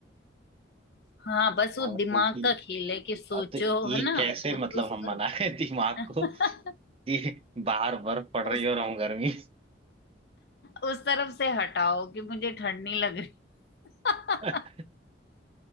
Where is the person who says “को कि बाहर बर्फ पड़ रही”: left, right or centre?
Right